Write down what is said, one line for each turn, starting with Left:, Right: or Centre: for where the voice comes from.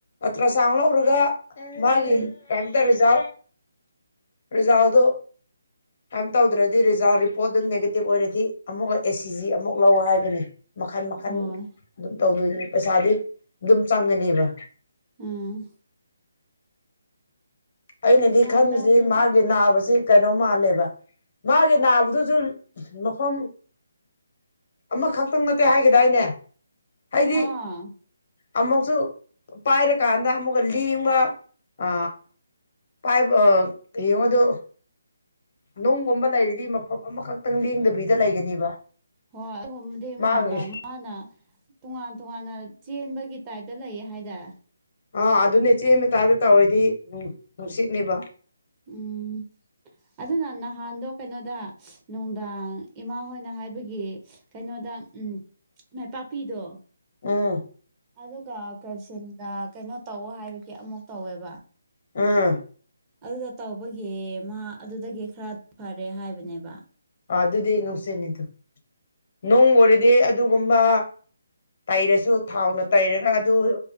Left: ꯑꯠꯇ꯭ꯔ ꯆꯥꯡꯒꯂꯣ ꯃꯔꯒ ꯃꯥꯒꯤ
Right: ꯎꯝ
Left: ꯀꯇ ꯔꯔꯤꯖꯥ ꯔꯤꯖꯥꯎꯗꯣ ꯀꯝ ꯇꯧꯗ꯭ꯔꯗꯤ ꯔꯤꯖꯜꯠ ꯔꯤꯄꯣꯔꯠ ꯑꯗꯨ ꯅꯦꯒꯦꯇꯤꯚ ꯑꯣꯏꯔꯗꯤ ꯑꯃꯨꯛꯀ ꯑꯦ ꯁꯤ ꯖꯤ ꯑꯃꯨꯛ ꯂꯧ ꯍꯥꯏꯕꯅꯤ ꯃꯈꯟ ꯃꯈꯟ
Right: ꯍꯣꯏ
Left: ꯑꯗꯨꯝ ꯇꯧꯗꯣꯏꯅꯤ ꯄꯩꯁꯥꯗꯤ ꯑꯗꯨꯝ ꯆꯪꯒꯅꯦꯕ
Right: ꯎꯝ
Left: ꯑꯩꯅꯗꯤ
Right: ꯒ꯭ꯌꯥꯟ
Left: ꯈꯟꯕꯁꯤ
Right: ꯇꯥꯗ꯭ꯔꯦꯗ
Left: ꯃꯥꯒꯤ ꯅꯥꯕꯁꯤ ꯀꯩꯅꯣ ꯃꯥꯜꯂꯦꯕ ꯃꯥꯒꯤ ꯅꯥꯕꯗꯨꯁꯨ ꯃꯐꯝ ꯑꯃꯈꯛꯇꯪ ꯅꯠꯇꯦ ꯍꯥꯏꯒꯗꯏꯅꯦ ꯍꯥꯏꯗꯤ
Right: ꯑꯥ
Left: ꯑꯃꯨꯛꯁꯨ ꯄꯥꯏꯔꯀꯥꯟꯗ ꯑꯃꯨꯛꯀ ꯂꯦꯡꯕ ꯑ ꯄꯥꯏꯕ ꯌꯦꯡꯉꯗ ꯅꯨꯡꯒꯨꯝꯕ ꯂꯩꯔꯗꯤ ꯃꯐꯝ ꯑꯃꯈꯛꯇꯪ ꯂꯦꯡꯗꯕꯤꯗ ꯂꯩꯒꯅꯤꯕ
Right: ꯍꯣꯏ ꯑꯗꯨꯒꯨꯝꯕꯗꯤ
Left: ꯃꯥꯒꯤ
Right: ꯃꯥꯟꯕ ꯃꯥꯅ ꯇꯣꯉꯥꯟ ꯇꯣꯉꯥꯟꯅ ꯆꯦꯟꯕꯒꯤ ꯇꯥꯏꯞꯇ ꯂꯩꯌꯦ ꯍꯥꯏ ꯗ
Left: ꯑꯥ ꯑꯗꯨꯅꯦ ꯆꯦꯟꯕ ꯇꯥꯕ ꯇꯧꯔꯗꯤ ꯅꯨꯡꯁꯤꯠꯅꯦꯕ
Right: ꯎꯝ ꯑꯗꯨꯅ ꯅꯍꯥꯟꯗꯣ ꯀꯩꯅꯣꯗ ꯅꯨꯡꯗꯥꯡ ꯏꯃꯥ ꯍꯣꯏꯅ ꯍꯥꯏꯕꯒꯤ ꯀꯩꯅꯣꯗ ꯎꯝ ꯃꯥꯏꯄꯥꯛꯄꯤꯗꯣ
Left: ꯎꯝ
Right: ꯑꯗꯨꯒ ꯀꯩꯁꯤꯜꯒ ꯀꯩꯅꯣ ꯇꯧ ꯍꯥꯏꯕꯒꯤ ꯑꯃꯨꯛ ꯇꯧꯋꯦꯕ
Left: ꯎꯝ
Right: ꯑꯗꯨꯗ ꯇꯧꯕꯒꯤ ꯃꯥ ꯑꯗꯨꯗꯒꯤ ꯈꯔ ꯐꯔꯦ ꯍꯥꯏꯕꯅꯦꯕ
Left: ꯑ ꯑꯗꯨꯗꯤ ꯅꯨꯡꯁꯤꯠꯅꯤꯗ ꯅꯣꯡ ꯑꯣꯏꯔꯗꯤ ꯑꯗꯨꯒꯨꯝꯕ ꯇꯩꯔꯁꯨ ꯊꯥꯎꯅ ꯇꯩꯔꯒ ꯑꯗꯨ